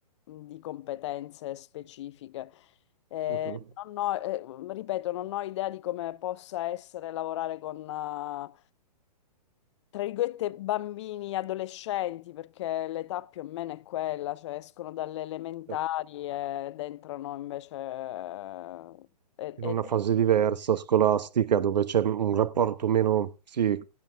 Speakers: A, on the left (about 45°); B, on the right (about 80°).
A: mm, di competenze specifiche. Eh,
B: mhm.
A: non ho- eh, ripeto, non ho idea di come possa essere lavorare con eh, tra virgolette, bambini, adolescenti, perché l'età più o meno è quella, cioè escono dalle elementari
B: Eh,
A: ed entrano invece eh, ed
B: In
A: ed
B: una
A: è
B: fase diversa, scolastica, dove c'è un rapporto meno, sì,